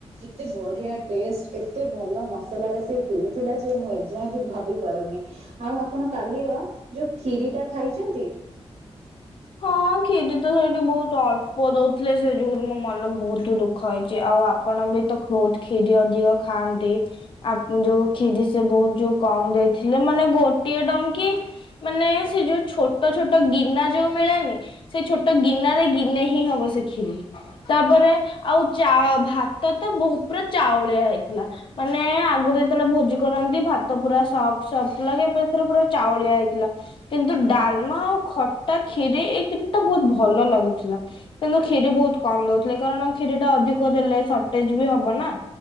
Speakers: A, on the right (about 80°); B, on the left (about 50°).
A: ଏତେ ବଢ଼ିଆ ଟେଷ୍ଟ ଏତେ ଭଲ ମସଲାରେ ସେ ହେଇଥିଲା ଯେ ମୁଁ ଏଯାଏ ବି ଭାବିପାରୁନି। ଆଉ ଆପଣ କାଲିର ଯୋଉ ଖିରି ଟା ଖାଇଛନ୍ତି?
B: ହଁ ଖିରୀ ତ ସେଇଠି ବହୁତ ଅଳ୍ପ ଦଉଥିଲେ। ସେଇ ଯୋଗୁରୁ ମୋ ମନ ବହୁତ ଦୁଃ ଖ ହେଇଛି। ଆଉ ଆପଣ ବି ତ ବହୁତ ଖିରୀ ଅଧିକ ଖାଆନ୍ତି। ଆ ଯୋଉ ଖିରୀ ସେ ବହୁତ ଯୋଉ କମ ଦେଇଥିଲେ ମାନେ ଗୋଟିଏ ଡଙ୍କି ମାନେ ସେ ଯୋଉ ଛୋଟ ଛୋଟ ଗିନା ଯୋଉ ମିଳେନି ସେଇ ଛୋଟ ଗିନାରେ ଗିନେ ହିଁ ହବ ସେ ଖିରୀ। ତାପରେ ଆଉ ଚାଉ ଭାତ ତ ବହୁତ ପୁରା ଚାଉଳିଆ ହେଇଥିଲା। ମାନେ ଆଗରୁ ଯେତେବେଳେ ଭୋଜି କରନ୍ତି ଭାତ ପୁରା ସଫ୍ଟ ସଫ୍ଟ ଲାଗେ। ଏଥୀରେ ପୁରା ଚାଉଳିଆ ହେଇଥିଲା। କିନ୍ତୁ ଡାଲମା ଆଉ ଖଟା କ୍ଷିରି ଏଇ ତିନିଟା ବହୁତ ଭଲ ଲାଗୁଥିଲା। କିନ୍ତୁ କ୍ଷିରି ବହୁତ କମ ଦଉଥିଲେ। କାରଣ କ୍ଷୀରି ଟା ଅଧିକ ଦେଲେ ସର୍ଟେଜ ବି ହବ ନା।